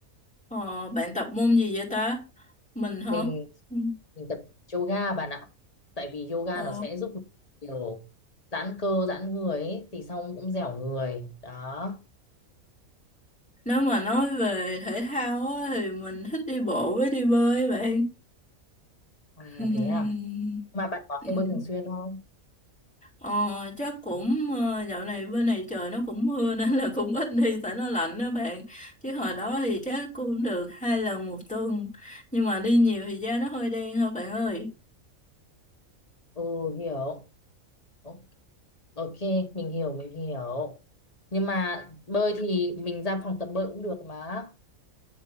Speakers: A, in the centre; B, on the left (about 30°).
A: Ờ, bạn tập môn gì vậy ta? Mình hả?
B: mình,
A: Ừ.
B: mình tập yoga bạn ạ tại vì yoga
A: Ồ,
B: nó sẽ giúp mình kiểu giãn cơ giãn người ấy, thì xong cũng dẻo người đó
A: nếu mà nói về thể thao á, thì mình thích đi bộ với đi bơi bạn.
B: à
A: <laughs>
B: thế à mà bạn có
A: Ừ.
B: hay bơi thường xuyên không
A: Ờ, chắc cũng ờ, dạo này bên này trời nó cũng mưa <laughs> nên là cũng ít đi tại nó lạnh đó bạn. Chứ hồi đó thì chắc cũng được hai lần một tuần. Nhưng mà đi nhiều thì da nó hơi đen thôi bạn ơi.
B: ừ hiểu Ok. Ok, mình hiểu, mình hiểu. Nhưng mà bơi thì mình ra phòng tập bơi cũng được mà.